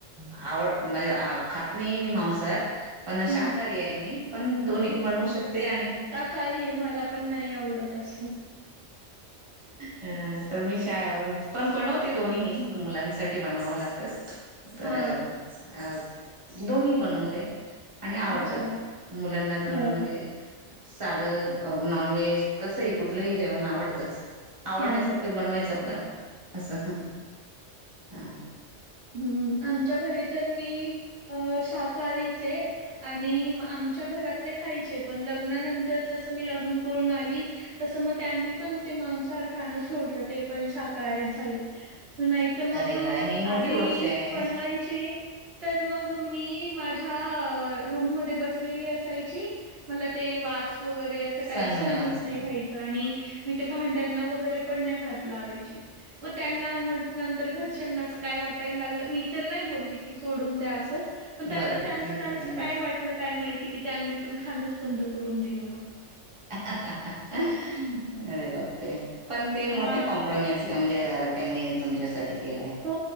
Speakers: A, on the right; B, on the right.
A: आवड म्हणजे खात नाही मी मांसर पण शाकाहारी
B: हम्म.
A: आहे मी पण दोन्ही बनवू शकते आणि
B: का आहे मला पण नाही आवडत अस
A: अ तर मी श पण बनवते दोन्ही मुलांसाठी बनवावं लागतं तर
B: हा
A: अ दोन्ही बनवते आणि आवडतात
B: अच्छा
A: मुलांना तर
B: हा.
A: म्हणजे साधं नॉनव्हेज कसही कुठलंही जेवण आवडतंच आवडण्यासारखं
B: हा
A: बनवायचं आपलं असं हा
B: हम्मम आमच्या घरी तर मी अ शाकाहारीचे आणि आमच्या घरातले खायचे पण लग्नानंतर जसं मी लग्न करून आली तसं मग त्यांनी पण ते मांसाहार खाणं सोडलं ते पण शाकाहारीत झाले नाही तर मग
A: अरे वा ही मोठी
B: आधी
A: गोष्ट आहे.
B: बनवायचे तर मग मी माझ्या रूम मध्ये बसलेली असायची मला ते वास वगैरे असं काही
A: सण
B: सणच
A: वाचा,
B: नाही आणि मी ते भांड्यांना वगैरे पण नाही हात लावायची मग त्यांना म्हट नंतर घरच्यांनां काय वाटायला लागलं मी तर नाही बोलली की सोडून द्या असं पण त्यांना
A: बरोबर
B: त्यांच
A: त्यांच्या
B: त्यांच
A: त्यांनीच
B: काय वाटलं काय माहिती की त्यांनी पण खाणच बंद करून दिलं मग
A: अरे बापर पण ते
B: हं,
A: मोठे
B: हं. हां.
A: क प्रमेश म्हणजे त्यांनी तुमच्यासाठी केलं
B: हो